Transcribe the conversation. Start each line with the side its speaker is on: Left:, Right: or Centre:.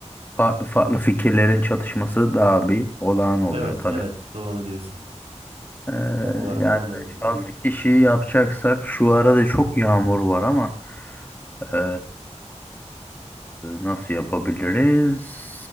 Left: Farklı farklı fikirlerin çatışması daha bir olağan oluyor
Right: Evet
Left: tabii.
Right: evet doğru diyorsun.
Left: Ee,
Right: Tam olarak
Left: yani
Right: da ondan
Left: 5-6
Right: dolayı.
Left: kişi yapacaksak şu arada çok yağmur var ama ee, nasıl yapabiliriz?